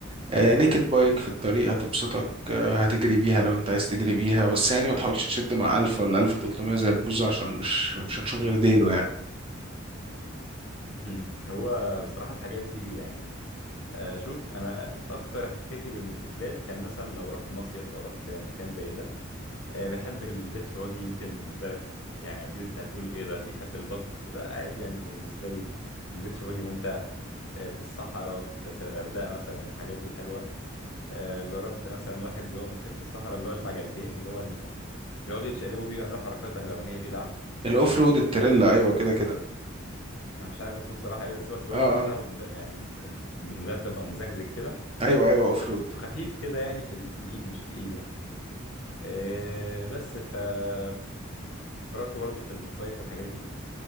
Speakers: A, on the right; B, on the left.
A: آه، نيكد بايك في الطريق هتبسطك آه، هتجري بيها لو انت عايز تجري بيها بس يعني ما تحاولش تشد مع 1000 ولا 1300 زي البوزة عشان مش مش هتشوف غير ديله يعني
B: مهم. هو بصراحة الحاجات دي يعني آه، شوف أنا أكتر احتكاكي بالموتوسيكلات كان مثلا لو رحت مصيف لو رحت مكان زي ده آه، بحب البيتش واجي يمكن بالنسبة لك يعني أكيد أنت هتقول إيه ده بيحب البط لا عادي يعني بالنسبة لي البيتش واجي ممتع آه، في الصحراء في في الغردقة مثلا الحاجات دي حلوة آه، جربت مثلا واحد اللي هو موتوسيكل الصحراء اللي هو اللي بعجلتين اللي هو اللي بيقعدوا يتشقلبوا بيه ويعملوا حركات بهلوانيه بيه ده عارفه
A: الاوف رود التريلا ايوه كده كده
B: انا مش عارف اسمه بصراحه ايه بس هو الكاوتش
A: اه
B: بتاعه
A: اه
B: مد... يعني م- م- مدبب او مزجزج كده
A: ايوه ايوه
B: وخ-
A: اوف رود
B: وخفيف كده يعني في ال... في الايد مش تقيل يعني آه، بس فجربته برضو في المصايف والحاجات دي